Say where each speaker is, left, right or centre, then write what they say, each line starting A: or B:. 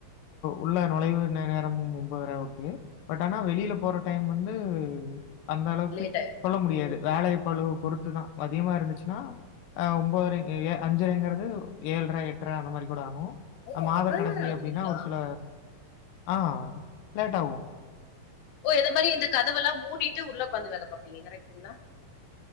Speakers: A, on the left; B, on the left.
A: உள்ள நுழைவு நேரம் ஒம்போதர ஓக்கே பட் ஆனா வெளியில போற டைம் வந்து அந்த அளவுக்கு
B: லேட் ஆயிருது.
A: சொல்ல முடியாது
B: ம்.
A: வேலை பழு பொறுத்துதா மதியமா இருந்துச்சுனா ஒம்போதரை ஏ அஞ்சரைங்கிறது ஏழ்ர எட்ர அந்த மாரி கூட ஆகு
B: ஓ!
A: மாத
B: அவ்வளோ
A: கடைசி
B: நேரம் ஆகுதுங்களா?
A: அப்டின்னா ஒரு சில ஆ லேட் ஆகு
B: ஓ இது மாரி இந்த கதவெல்லாம் மூடிட்டு உள்ள உட்காந்து வேலை பாப்பீங்க கரெக்டுங்ளா